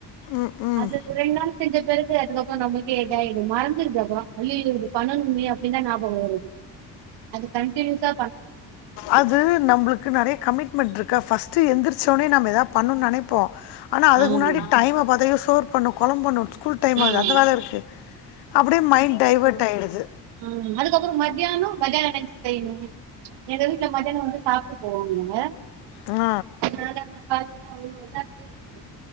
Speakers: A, on the left; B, on the right.
A: ம் ம்
B: அது ஒரு ரெண்டு நாள் செஞ்ச பெறகு அதுக்கப் றோ நம்ளுக்கே இதாய்டு மறந்துருது அதுவா ஐயயோ இது பண்ணனுமே அப்டின்தா ஞாபகோ வருது அது கண்ட்டினியூஸா
A: அது நம்பளுக்கு நெறயா கமிட்மெண்ட்ருக்கா ஃபஸ்ட்டு எந்திரிச்சோன்னே நம்ம எதா பண்ணுன் நெனைப்போ ஆனா அதுக்
B: ஆமா
A: முன்னாடி டைம பாத்தீங்கனா சோர் பண்ணு கொழம் பண்ணு ஸ்கூல்க் டைம்
B: ஆமா
A: ஆகுது அந்த வேல இருக்கு அப்டியே மைண்ட் டைவட் ஆய்டுது
B: ம் அதுக்கப்றோ மத்யானோ மத்யானோ லன்ச் செய்ணுமே எந்த வீட்ல மத்யானோ வந்து சாப்ட்டு போவாங்க இவுங்க
A: ஆ
B: அதனால நா காலைல அவ்ளோ இதா செய்யற்தில்ல